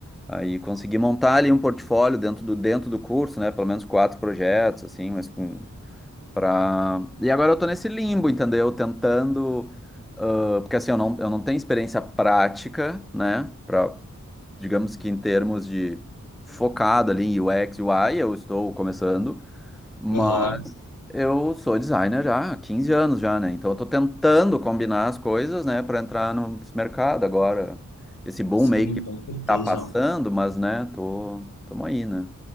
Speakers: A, in the centre; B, on the left.
A: Aí consegui montar ali um portfólio dentro do, dentro do curso, né? Pelo menos quatro projetos, assim, mas com. Pra... E agora eu tô nesse limbo, entendeu? Tentando. ah, porque assim, eu não, eu não tenho experiência prática, né? Pra, digamos que em termos de focado ali em UX, UI, eu estou começando. Mas
B: Aham.
A: eu sou designer já há 15 anos já, né? Então eu tô tentando combinar as coisas, né, para entrar no mercado agora. Esse boom
B: Sim,
A: meio que
B: com certeza.
A: tá passando, mas né, tô, tamo aí, né?